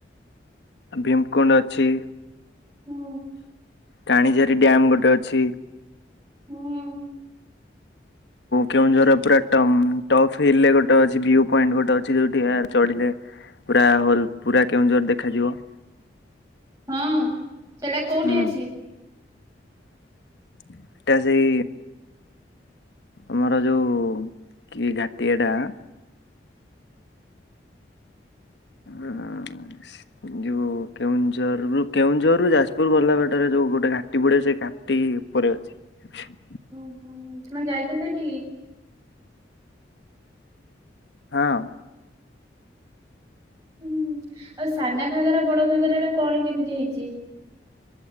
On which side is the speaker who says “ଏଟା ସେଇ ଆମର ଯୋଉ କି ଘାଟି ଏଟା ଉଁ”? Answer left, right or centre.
Left